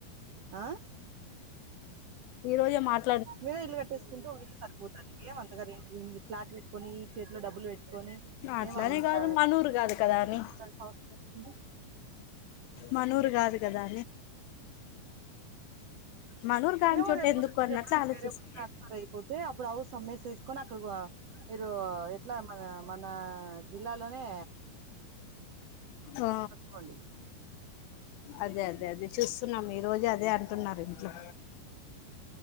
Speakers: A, on the right (about 70°); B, on the left (about 80°).
A: ఆ
B: ఈ రోజే మాట్
A: మీరే ఇల్లు కట్టేసుకుంటే ఒక ఇల్లు సరిపోతది ఏం అంతగా రెంట్ ఫ్లాట్ పెట్టుకొని చేతిలో డబ్బులు పెట్టుకొని
B: అట్లానే
A: ఏం అంతా
B: కాదు మనూరు కాదు కదా అని
A: <unintelligible>
B: మనూరు కాదు కదా మనూరు కాని
A: ఏవో
B: చోట
A: రేపొద్దునా
B: ఎందుకు అన్నట్లు
A: ఎప్పుడన్నా
B: ఆలోచిస్త
A: వేరే <inaudible> ట్రాన్స్ఫర్ అయిపోతే అప్పుడు హౌస్ అమ్మేసి తీసుకొని అక్కడగో మీరు ఎట్లా మన మన జిల్లాలోనే
B: ఆ
A: కట్టుకోవాలి
B: అదే అదే అదే చూస్తున్నాం ఈ రోజే అదే అంటున్నారు ఇంట్లో